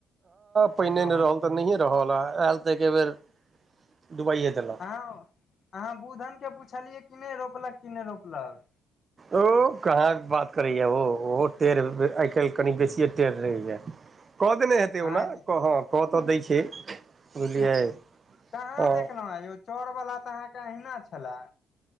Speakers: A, on the right; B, on the left.
A: पहिने
B: एगो
A: नहि
B: हम
A: रहल तऽ नहिए रहल ह आयल तऽ एके बेर दुबाइए देलअ।
B: ह, अहाँ बूधन के पुछलियै कि नहि रोपलक कि नहि रोपलक
A: औ कहाँ बात करैए ओ ओहो टेढ़ आइ काल्हि कनि बेसिए टेढ़ रहैए। कऽ देने हेतै
B: अहाँके
A: ओना, हँ, कऽ तऽ दै छै बुझलियै
B: कहाँ
A: हँ
B: देखलहु हे यौ चोर वला तऽ अहाँकेँ अहिना छले